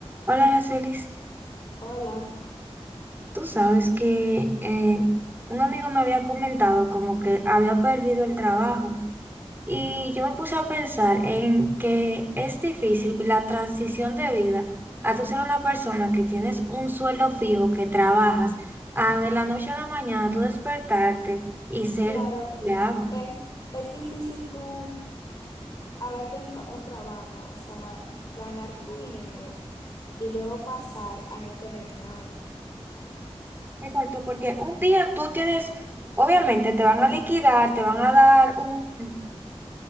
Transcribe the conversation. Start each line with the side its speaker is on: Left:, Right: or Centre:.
Right: Hola, Aracelis.
Left: Hola,
Right: Tú sabes que eh, un amigo me había comentado como que había perdido el trabajo y yo me puse a pensar en que es difícil la transición de vida a tú ser una persona que tienes un sueldo fijo, que trabajas, a de la noche a la mañana tú despertarte y ser
Left: claro,
Right: empleado.
Left: es, es difícil tú haber tenido un trabajo, o sea, ganar tu dinero y luego pasar a no tener nada.
Right: Exacto, porque un día tú tienes, obviamente te van a liquidar, te van a dar un...